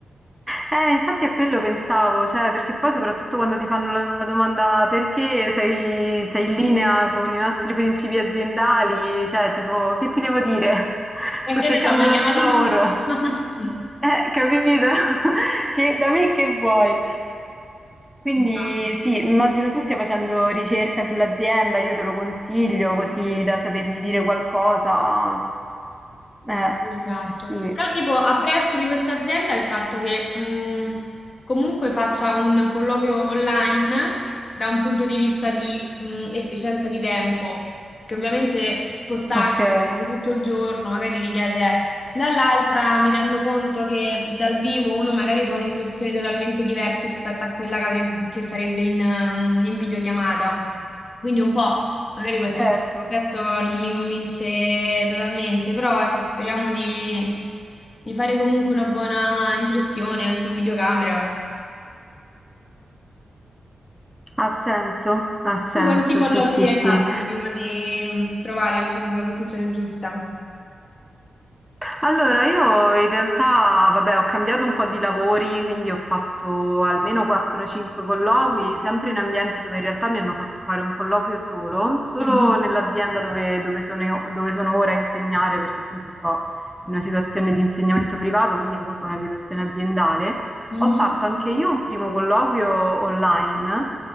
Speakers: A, in the centre; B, on the left.
A: Eh, infatti a quello pensavo, cioè, perché poi soprattutto quando ti fanno la domanda perché sei, sei in linea con i nostri principi aziendali, cioè, tipo, che ti devo dire? <laughs> Sto
B: E che
A: cercando
B: ne so, mi hai
A: un
B: chiamato
A: lavoro.
B: tu? <laughs>
A: Eh, capito? <laughs> Che, da me che vuoi? Quindi
B: No.
A: sì, immagino tu stia facendo ricerca sull'azienda, io te lo consiglio così da sapergli dire
B: Sì.
A: qualcosa. Eh,
B: Esatto,
A: sì.
B: però tipo apprezzo di questa azienda il fatto che mh, comunque faccia un colloquio online da un punto di vista di mh, efficienza di tempo, che ovviamente spostarsi
A: Okay,
B: per tutto il giorno magari richiede, eh. dall'altra mi rendo conto che dal vivo uno magari fa un'impressione totalmente diversa rispetto a quella che, avrebbe- che farebbe in, ehm, in videochiamata, quindi un po'. Magari questo
A: certo.
B: aspetto non mi convince totalmente, però ecco, speriamo di, di fare comunque una buona impressione anche in videocamera.
A: Ha senso, ha senso,
B: Tu quanti collabori
A: sì, sì, sì.
B: hai fatto prima di mm, trovare, diciamo, la posizione giusta?
A: Allora, io in realtà, vabbè, ho cambiato un po' di lavori, quindi ho fatto almeno 4-5 colloqui, sempre in ambienti dove in realtà mi hanno fatto fare un colloquio solo, solo
B: Mhm,
A: nell'azienda dove, dove sono, io- dove sono ora a insegnare, perché appunto sto in una situazione di insegnamento privato, quindi comunque una situazione aziendale.
B: mhm,
A: Ho fatto anche io un primo colloquio online